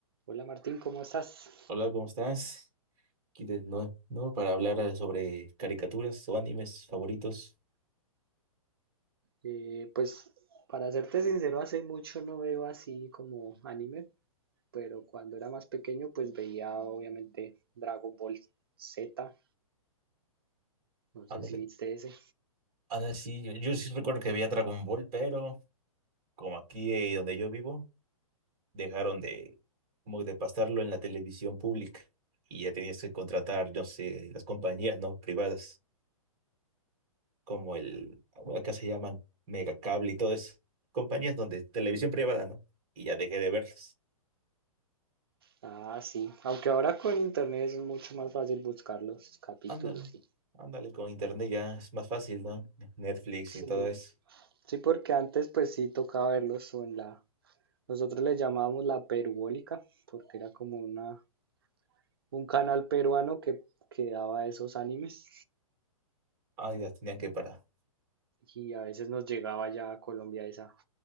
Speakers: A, on the right (about 40°); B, on the right (about 20°).
A: Hola Martín, ¿cómo estás?
B: Hola, ¿cómo estás? Aquí de nuevo, ¿no? Para hablar eh, sobre caricaturas o animes favoritos.
A: Eh, pues para serte sincero, hace mucho no veo así como anime, pero cuando era más pequeño pues veía obviamente Dragon Ball Z, no sé
B: Ándale.
A: si viste ese.
B: Ándale, sí, yo, yo sí recuerdo que veía Dragon Ball, pero como aquí eh, donde yo vivo, dejaron de, como de pasarlo en la televisión pública y ya tenías que contratar, yo sé, las compañías, ¿no? Privadas, como el, bueno, acá se llaman Megacable y todo eso. Compañías donde televisión privada, ¿no? Y ya dejé de verlas.
A: Ah, sí, aunque ahora con internet es mucho más fácil buscar los capítulos,
B: Ándale,
A: sí.
B: ándale, con internet ya es más fácil, ¿no? Netflix
A: Sí,
B: y todo eso.
A: sí, porque antes pues sí tocaba verlos o en la, nosotros le llamábamos la Peruólica, porque era como una, un canal peruano que, que daba esos animes.
B: Ay, las tenían que para
A: y a veces nos llegaba ya a Colombia esa,